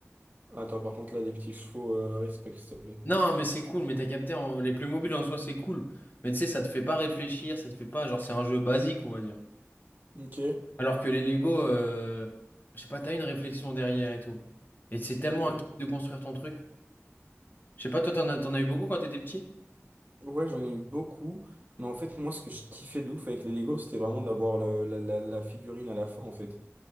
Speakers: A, on the right; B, on the left.
A: Attends, par contre, là, les petits chevaux, euh, respect, s'il te plaît.
B: Non, mais c'est cool, mais t'as capté, en- les mobiles en soi, c'est cool. Mais tu sais, ça te fait pas réfléchir, ça te fait pas. Genre, c'est un jeu basique, on va dire.
A: Ok,
B: Alors que les Lego, euh, je sais pas, t'as une réflexion derrière et tout. Et c'est tellement
A: ok.
B: un kiff de construire ton truc. Je sais pas, toi, t'en as, t'en as eu beaucoup quand t'étais petit?
A: Ouais, j'en ai eu beaucoup. Mais en fait, moi, ce que je kiffais de ouf avec les Lego, c'était vraiment d'avoir le- la, la, la figurine à la fin, en fait.